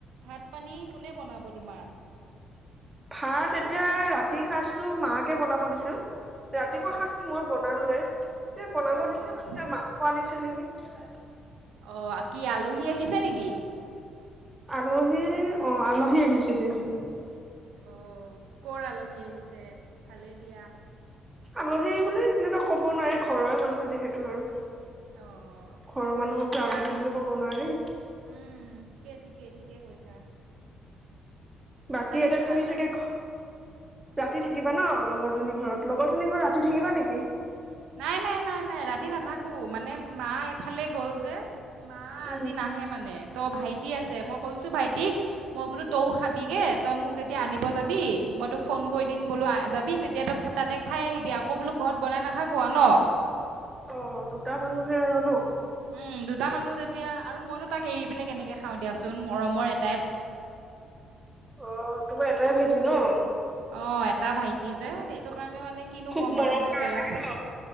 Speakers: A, on the right; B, on the right.
A: ভাত পানী কোনে বনাব তোমাৰ
B: ভাত এতিয়া ৰাতিৰ সাজটো মাকে বনাব দিছো ৰাতিপুৱা
A: অ',
B: সাজটো মই বনালোৱে এতিয়া বনাব
A: অ',
B: দিছে
A: অ'।
B: মাংস আনিছে নেকি <unintelligible>
A: অ কি আলহী আহিছে নেকি
B: আলহী অ আলহী আহিছে দিয়া
A: অ', কৰ আলহী আহিছে ভালেই দিয়া
B: আলহী বুলি তেনেকুৱা ক'ব নোৱাৰি ঘৰৰে মানুহ যিহেতু আৰু
A: অ
B: ঘৰৰ
A: ভালেই
B: মানুহকতো
A: দিয়া
B: আলহী বুলি কব নোৱাৰি
A: উম ঠিকেই ঠিকেই ঠিকেই কৈছা তথাপিও
B: বাকী এতিয়া
A: ভাল
B: তুমি
A: ল
B: চাগে ৰাতি থাকিবা
A: কি কৈছা?
B: ন লগৰজনী ঘৰত লগৰ জনী ঘৰ ৰাতি থাকিবা নেকি
A: নাই নাই নাই নাই ৰাতি নাথাকোঁ মানে মা এফালে গ'ল যে। মা
B: উম
A: আজি নাহে মানে ত ভাইটি আছে মক। কৈছো ভাইটিক মই বোলো তও খাবিগে তই মোক যেতিয়া আনিব যাবি মই তোক ফোন কৰি দিম বুল। বুল যাবি তেতিয়াতো তই তাতে খাই আহিবি আকৌ বোলো ঘৰত বনাই নাথাকোৱা ন ।
B: অ দুটা মানুহে আৰু ন।
A: উম দুটা মানুহ যেতিয়া আৰু মইনো তাক এৰি পিনে কেনেকে খাওঁ দিয়াচোন মৰমৰ এট।
B: অ তোমাৰ এটাই ভাইটি ন।
A: অ এটা ভাইটি যে সেইটো কাৰণে মানে কিনো
B: খুব
A: ক'ম
B: মৰম
A: আৰু বেচেৰা।
B: কৰা চাগে ন।